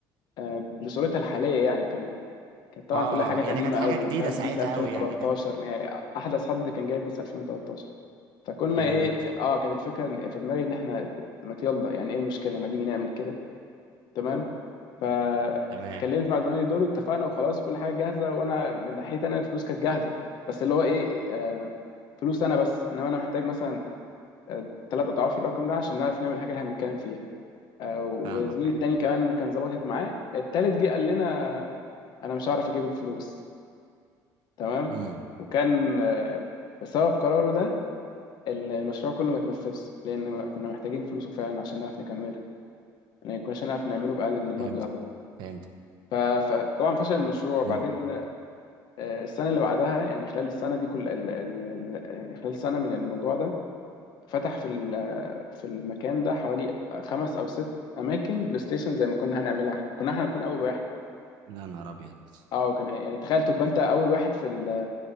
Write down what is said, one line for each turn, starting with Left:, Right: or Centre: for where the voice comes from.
Left: آه، بصورتها الحاليه يعني كان كانت طبعا
Right: اه اه
Left: كلها حاجات
Right: آه. يعني
Left: قديمه
Right: كانت حاجه
Left: قوي
Right: جديده
Left: فاهم
Right: ساعتها
Left: بيس 2013
Right: قوي يعني كانت
Left: يعني احدث حد كان جايب بيس 2013 فكنا
Right: حلو
Left: ايه
Right: جدا
Left: اه كانت الفكره إن- في دماغي ان احنا ما يلا يعني ايه المشكله ما نيجي نعمل كده تمام فاتكلمت
Right: تمام
Left: مع زمايلي دول واتفقنا وخلاص كل حاجه جاهزه وانا من ناحيتي انا الفلوس كانت جاهزه بس اللي هو ايه آه، فلوس انا بس انما انا محتاج مثلا ثلاث اضعاف الرقم ده عشان نعرف نعمل الحاجه اللي هنتكلم فيها آه، وزميلي
Right: فاهمك ايوه
Left: التاني كمان كان ظبطت معاه التالت جه قال لنا انا مش هعرف اجيب الفلوس تمام
Right: امم
Left: وكان آه، بسبب قراره ده المشروع كله ما اتنفذش لان ما- كنا محتاجين فلوسه فعلا عشان نعرف نكملها يعني كناش هنعرف نعمله باقل من المبلغ
Right: فهمت
Left: ده
Right: فهمت
Left: ف- فطبعا فشل المشروع بعدين
Right: امم
Left: آه، السنة اللي بعدها يعني خلال السنة دي كل ال... ال... ال... يعني خلال سنة من الموضوع ده فتح في ال... في المكان ده حوالي خمس أو ست أماكن بلاي ستيشن زي ما كنا هنعملها احنا كنا احنا نكون أول واحد
Right: يا نهار ابيض
Left: اه كان هي... يعني تخيل تبقى أنت أول واحد في ال...